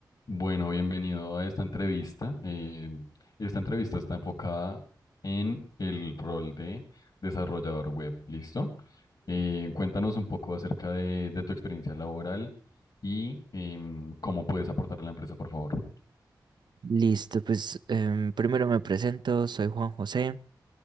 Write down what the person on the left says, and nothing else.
Bueno, bienvenido a esta entrevista. Eh, esta entrevista está enfocada en el rol de desarrollador web, ¿listo? Eh, cuéntanos un poco acerca de, de tu experiencia laboral y em, cómo puedes aportar a la empresa, por favor.